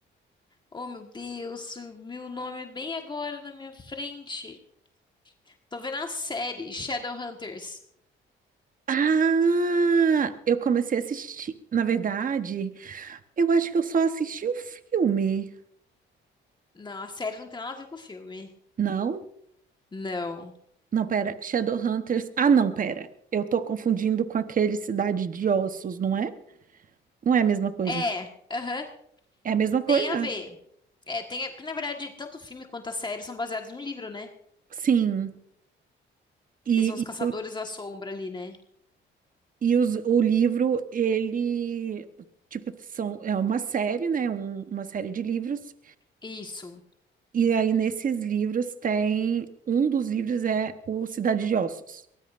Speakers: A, on the left; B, on the right.
A: Oh, meu Deus, o meu nome é bem agora na minha frente. Tô vendo a série Shadowhunters.
B: Ah, eu comecei a assistir. Na verdade, eu acho que eu só assisti o filme.
A: Não, a série não tem nada a ver com o filme.
B: Não?
A: Não.
B: Não, pera. Shadowhunters. Ah, não, pera. Eu tô confundindo com aquele Cidade de Ossos, não é? Não é a mesma coisa.
A: É, aham,
B: É a mesma coisa?
A: tem a ver. É, tem a... Porque, na verdade, tanto o filme quanto a série são baseados num livro, né?
B: Sim. E,
A: Que são os
B: e,
A: Caçadores
B: o,
A: da Sombra ali, né?
B: e os- o livro, ele. Tipo, são, é uma série, né? Um- uma série de livros.
A: Isso.
B: E aí, nesses livros, tem. Um dos livros é o Cidade de Ossos.